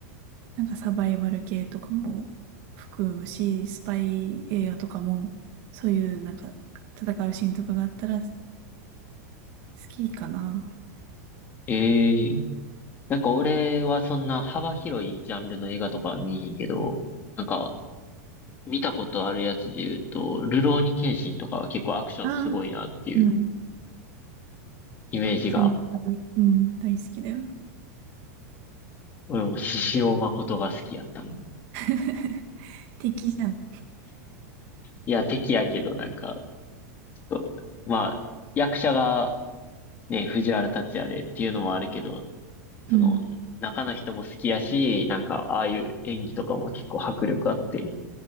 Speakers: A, on the right (about 35°); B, on the left (about 20°).
A: なんかサバイバル系とかも含むし、スパイ映画とかも、そういうなんか戦うシーンとかがあったら好きかな。
B: ええなんか俺はそんな幅広いジャンルの映画とかは見えへんけど、なんか見たことあるやつで言うと、るろうに剣心とかは結構アクションすごいなっていう
A: ああうん。
B: イメージが、
A: じゃ分、うん、大好きだよ。
B: 俺も獅子王誠が好きやったの。<laughs>
A: <laughs> 敵じゃん。
B: いや、敵やけどなんか、ちょっと、まあ、役者がね、藤原竜也でっていうのもあるけど、
A: うん。
B: その、中の人も好きやし、なんか、ああいう演技とかも結構迫力あって、